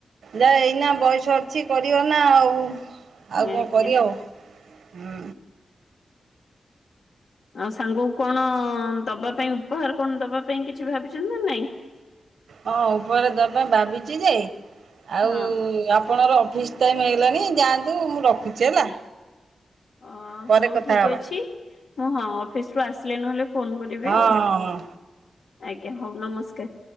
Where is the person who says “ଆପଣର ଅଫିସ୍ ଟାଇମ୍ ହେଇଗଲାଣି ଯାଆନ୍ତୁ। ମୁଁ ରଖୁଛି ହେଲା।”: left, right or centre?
Right